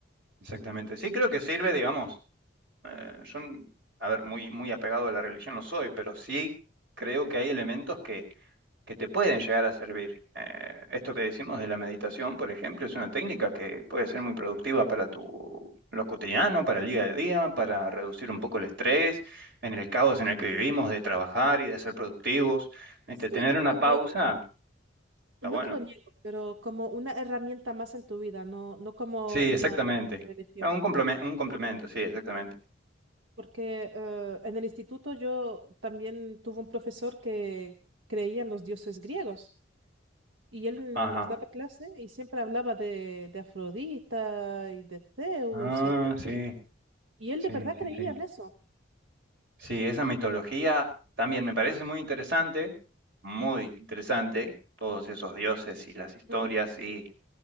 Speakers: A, on the right; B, on the right.
A: Exactamente. Sí, creo que sirve, digamos. eh, yo, a ver, muy, muy apegado a la religión no soy, pero sí creo que hay elementos que que te pueden llegar a servir. Eh, esto que decimos de la meditación, por ejemplo, es una técnica que puede ser muy productiva para tu, lo cotidiano, para el día a día, para reducir un poco el estrés, en el caos en el que vivimos, de trabajar y de ser productivos. Este,
B: Sí,
A: tener
B: no
A: una
B: te lo
A: pausa,
B: niego,
A: está
B: no
A: bueno.
B: te lo niego, pero como una herramienta más en tu vida, no, no como
A: Sí,
B: una
A: exactamente.
B: religión.
A: Ah, Un complemento, un complemento, sí, exactamente.
B: Porque eh, en el instituto yo también tuve un profesor que creía en los dioses griegos y él
A: Ajá.
B: nos daba clase y siempre hablaba de, de Afrodita y de Zeus
A: Ah,
B: y tal.
A: sí,
B: Y él
A: sí,
B: de verdad
A: sí,
B: creía
A: sí.
B: en eso,
A: Sí, esa mitología también me parece muy interesante, muy interesante, todos esos dioses y las historias
B: Ujú.
A: y